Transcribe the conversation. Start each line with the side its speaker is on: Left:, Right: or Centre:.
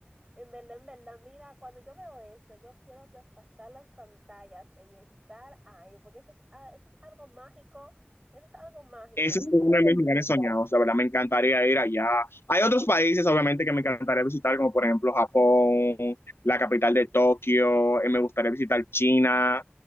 Right: En verdad, en verdad, mira, cuando yo veo eso, yo quiero traspasar las pantallas y estar ahí, porque es que ah, eso es algo mágico, eso es algo mágico
Left: Ese es uno de mis lugares soñados, la verdad me encantaría ir allá. Hay otros países, obviamente, que me encantaría visitar, como por ejemplo Japón, la capital de Tokio, eh, me gustaría visitar China,